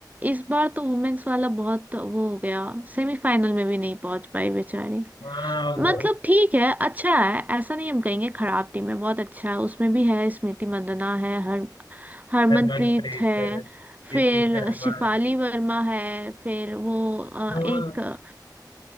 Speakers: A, on the right; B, on the left.
A: इस बार तो वुमेन्स वाला बहुत वो हो गया सेमीफाइनल में भी नहीं पहुंच पाई बेचारी
B: हाँ
A: मतलब
B: वो
A: ठीक है अच्छा है ऐसा नहीं हम कहेंगे खराब टीम है बहुत अच्छा है उसमें भी है स्मृति मंदना है हर हरमनप्रीत
B: हरमनप्रीत
A: है
B: है दीप्ति
A: फिर
B: शर्मा
A: शिफाली
B: है
A: वर्मा है फिर वो अ,
B: हाँ
A: एक अ,